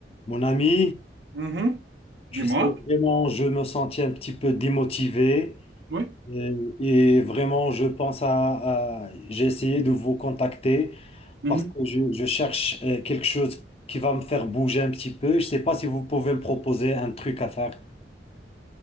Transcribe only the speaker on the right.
Mhm.
Dis-moi.
Oui.
Mhm.